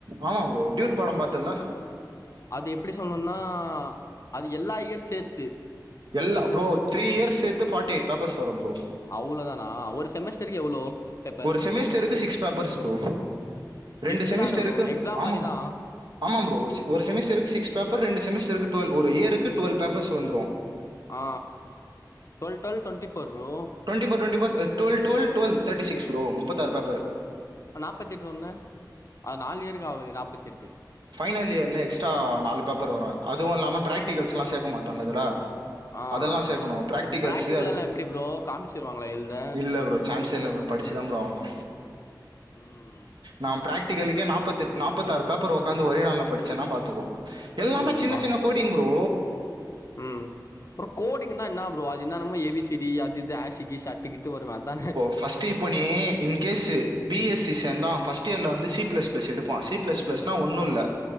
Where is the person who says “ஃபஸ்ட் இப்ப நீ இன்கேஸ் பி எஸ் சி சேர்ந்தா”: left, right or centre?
Right